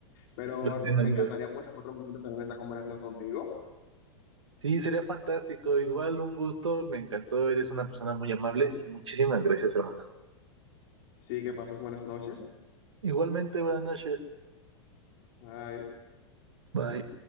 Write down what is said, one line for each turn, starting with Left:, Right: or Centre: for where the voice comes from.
Left: pero
Right: Lo entiendo,
Left: me
Right: amigo.
Left: encantaría pues en otro momento tener esta conversación contigo.
Right: Sí, sería fantástico. Igual un gusto, me encantó. Eres una persona muy amable y muchísimas gracias, hermana.
Left: Sí, que pases buenas noches.
Right: Igualmente, buenas noches.
Left: Bye.
Right: Bye.